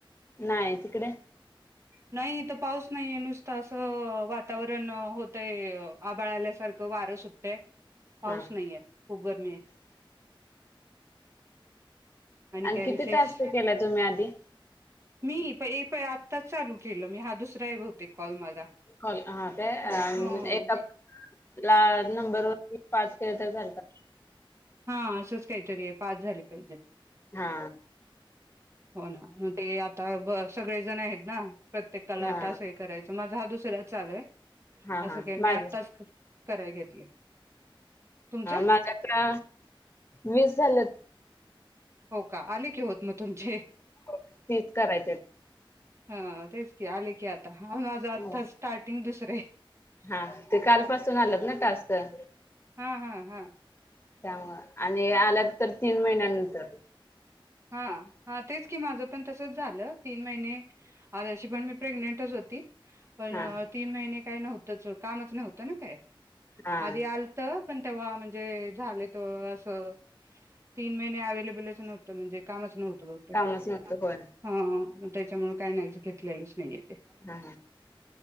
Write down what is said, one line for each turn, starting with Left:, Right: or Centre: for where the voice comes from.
Left: नाही तिकडे
Right: नाही इथं पाऊस नाहीे नुसतं असं वातावरण होतय आभाळाल्यासारखं वारं सुटतंय पाऊस
Left: हा
Right: नाहीये खूप गरमी हाय.
Left: आणि
Right: काय
Left: किती
Right: विशेष
Left: टास्क केलाय तुम्ही आधी?
Right: मी पै प आत्ताच चालू केलं मी हा दुसरा हाय बहुतेक कॉल माझा.
Left: कॉल हा ते
Right: ह ह
Left: एकाला नंबरवरती पाच केलं तरी चालतात.
Right: हा असंच काहीतरी आहे पाच झाले पाहिजेत.
Left: हा
Right: <inaudible> हो ना ते आता ब सगळे जण आहेत ना प्रत्येकाला
Left: हा
Right: टास हे करायचं मा हा दुसरा चालू आहे.
Left: हा
Right: असं
Left: हा
Right: काय मी
Left: माझ
Right: आताच क कराय घेतले तुमच?
Left: माझ्या आता वीस झालेत
Right: हो का आले की होत म तुमचे
Left: हो तीस करायचेत.
Right: हा तेच की आले की आ हा माझ आता
Left: हो
Right: स्टार्टिंग दुस <unintelligible>
Left: हा ते कालपसून आलंत ना टास्क? स
Right: हा हा हा
Left: त्यामुळं आणि आलं तर तीन महिन्यानंतर
Right: हा हा तेच की माझं पण तसच झालं तीन महिने आज अशी पण मी प्रेग्नेंटच होती, पण
Left: हा
Right: तीन महिने काही नव्हतंच, कामच नव्हतं ना काय
Left: हा
Right: आधी आलत पण तेव्हा म्हणजे झाले. तो असं तीन महिने अवेलेबलच नव्हत त म्हणजे कामच नव्हं <unintelligible>
Left: कामच नव्हतं होय
Right: हा हा त्याच्यामुळे काय नाहीच घेतलेलेच नाहीये. ते
Left: हा हा